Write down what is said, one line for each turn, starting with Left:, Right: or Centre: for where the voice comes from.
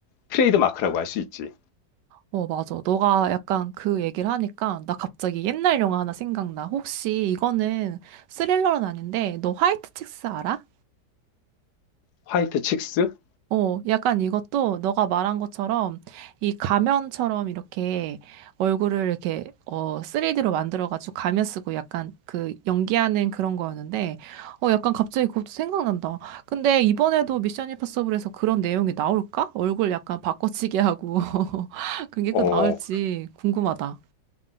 Left: 트레이드 마크라고 할 수 있지.
Right: 어, 맞아. 너가 약간 그 얘기를 하니까 나 갑자기 옛날 영화 하나 생각나. 혹시 이거는 스릴러는 아닌데, 너 화이트 칙스 알아?
Left: 화이트 칙스?
Right: 어, 약간 이것도 너가 말한 것처럼 이 가면처럼 이렇게 얼굴을 이렇게 어 3D로 만들어가지고 가면 쓰고 약간 그 연기하는 그런 거였는데 어 약간 갑자기 그것도 생각난다. 근데 이번에도 미션 임파서블에서 그런 내용이 나올까? 얼굴 약간 바꿔치기 하고 <laughs> 그게
Left: 어,
Right: 그 나올지 궁금하다.